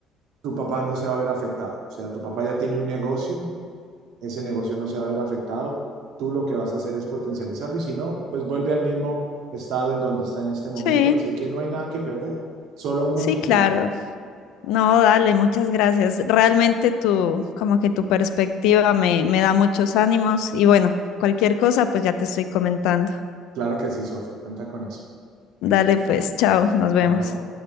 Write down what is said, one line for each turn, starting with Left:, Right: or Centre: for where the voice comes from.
Right: tu papá no se va a ver afectado, o sea, tu papá ya tiene un negocio, ese negocio no se va a ver afectado. Tú lo que vas a hacer es potencializarlo y si no, pues vuelve al mismo estado en donde está en este momento.
Left: sí,
Right: Así que no hay nada que perder, solo mucho
Left: sí, claro.
Right: que ganar.
Left: No, dale, muchas gracias. Realmente tu, como que tu perspectiva me, me da muchos ánimos y bueno, cualquier cosa pues ya te estoy comentando.
Right: Claro que sí, Sofi, cuenta con eso.
Left: Dale pues, chao, nos vemos.
Right: Chao.